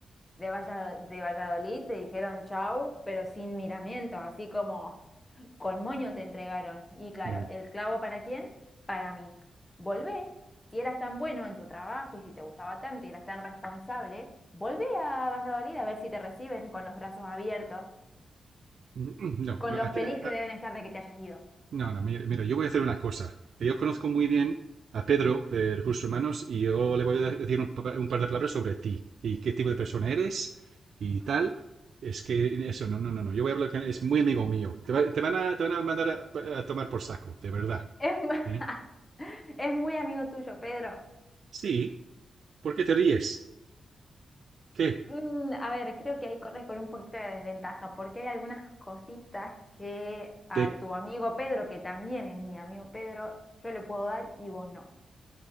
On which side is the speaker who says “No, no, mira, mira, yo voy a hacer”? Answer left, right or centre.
Right